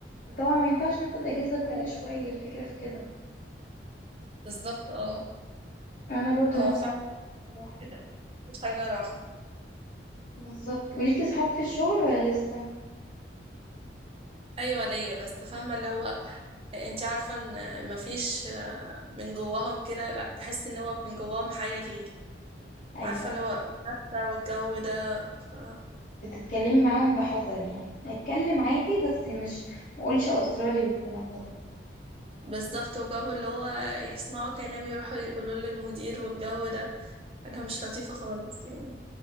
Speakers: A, on the left (about 40°); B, on the right (about 30°).
A: وطبعا ما ينفعش ناخد اجازه كل
B: فعلا.
A: شويه الفكره في كده
B: بالظبط اه
A: انا برضو
B: هو
A: نفس
B: فعلا
A: الصراحه
B: كده مفيش حاجة راحة
A: بالظبط وليكي صحاب في الشغل ولا لسه
B: ايوه ليا بس فاهمه اللي هو انت عارفه ان مفيش من جواهم كده لا تحس ان هو من جواهم حاجه ليك
A: ايوه
B: عارفة اللي هو منافسة والجو ده ف...
A: بتتكلمي معاهم بحذر يعني اتكلم عادي بس مش ما اقولش اسراري والكلام ده كله
B: بالظبط وجابوا اللي هو يسمعوا كلامي يروحوا يقولوا للمدير والجو ده حاجة
A: مهم.
B: مش لطيفة خالص يعني